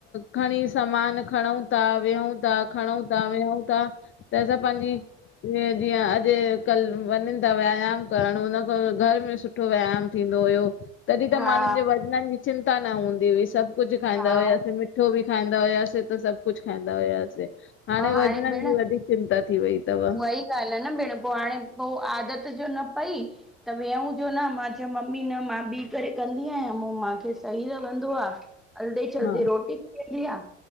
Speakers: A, on the left; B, in the centre.
A: खणी सामान खणूं था वेहूं था खणूं था वेहूं था त असां पंहिंजी जीअं जीअं अॼु कल वञनि था व्यायाम करणु हुनन खां घर में सुठो व्यायाम थींदो तॾहिं त
B: हा
A: माण्हुनि जे वज़ननि जी चिंता न हूंदी हुई सभु कुझु खाईंदा
B: हा
A: हुआसीं मिठो बि खाईंदा हुआसीं त सभु कुझु खाईंदा हुआसीं हाणे
B: ऐं
A: वज़ननि
B: भेण
A: जी वधीक चिंता थी वई अथव
B: उहा ई ॻाल्हि आहे न भेण पोइ हाणे पोइ आदत जो न पई त वेहूं जो न मां चयोय मम्मी न मां ॿी करे कंदी आहियां म मूंखे सही लॻंदो आहे हलधे चलदे
A: हा
B: रोटी ठयी वेंदी आं